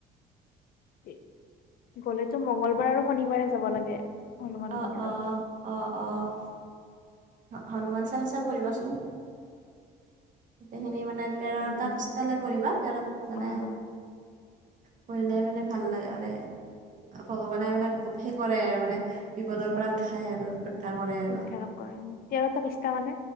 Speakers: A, on the left; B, on the right.
A: <unintelligible> গলেতো মংগলবাৰ আৰু শনিবাৰে যাব লাগে। হনুমান
B: অহ
A: মন্দিৰত
B: -অহ -অহ। অহ, হনুমান চালিচা পঢ়িবাচোন। গোটেইখিনি মানে তেৰটা
A: উম
B: পিছটালৈ পঢ়িবা তেৰ মানে
A: হয় হয়
B: পঢ়িলে মানে ভাল লাগা নে ভগৱানে মানে গভীৰ কৰে আৰু মানে বিপদৰ পৰা উঠাই আৰু। উদ্ধাৰ কৰে আৰু
A: উদ্ধাৰ কৰে তেৰটা পৃষ্ঠা মানে